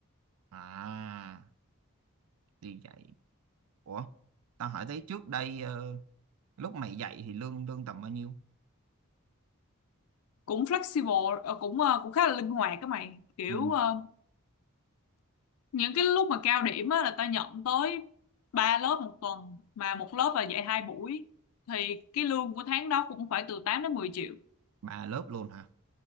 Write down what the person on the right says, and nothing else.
À, đi dạy. Ủa, tao hỏi thấy trước đây ờ, lúc mày dạy thì lương lương tầm bao nhiêu?
Ừ,
ba lớp luôn hả?